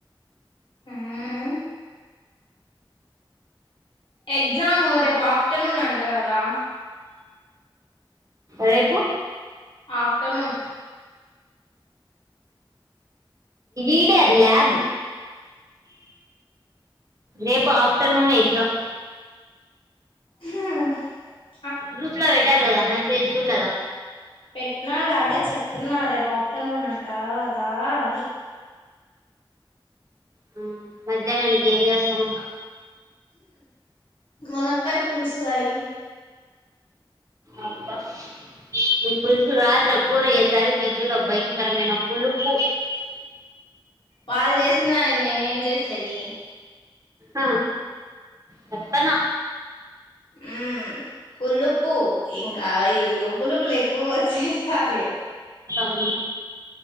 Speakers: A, on the left; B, on the right.
A: మ్మ్ ఎగ్జాము రేపు ఆఫ్టర్నూన్ అంట కదా
B: రేపు
A: ఆఫ్టర్నూన్
B: ఈడ అది ల్యాబ్ రేపు ఆఫటర్నూనే ఎగ్జామ్
A: హు హ్
B: గ్రూప్ లో పెట్టారు కదా మెసేజ్ చూడ్లేదా
A: పెట్టినార్ అదే చెప్తున్నా రేపు ఆఫ్టర్నూన్ అంటా కదా అని
B: హ్మ్ మధ్యాహ్నానికి ఏం చేస్తున్నావ్
A: మునక్కాయి పులుసు గై
B: అబ్బా మీ పులుసు రాత్రి ఒక్ కూర చేసారు పిజిలో భయంకరమైన పులుపు
A: వాళ్ చేసిన్దానికి నేనే ఏం చేసేది
B: ఆ చెప్పతాన
A: ఉమ్ పులుపు ఇంకా ఇల్లు పులుపులు ఎక్కువగా ఛేస్తారులే
B: క్వీ